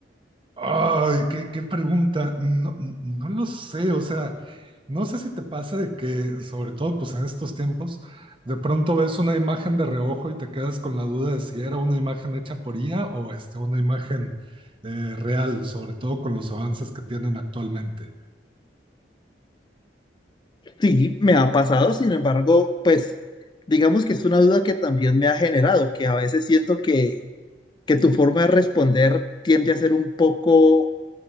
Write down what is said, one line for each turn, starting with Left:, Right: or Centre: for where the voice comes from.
Right: Ay, qué, qué pregunta. No, no lo sé, o sea, no sé si te pasa de que, sobre todo pues en estos tiempos, de pronto ves una imagen de reojo y te quedas con la duda de si era una imagen hecha por IA o este, una imagen eh, real, sobre todo con los avances que tienen actualmente.
Left: Sí, me ha pasado, sin embargo, pues digamos que es una duda que también me ha generado, que a veces siento que, que tu forma de responder tiende a ser un poco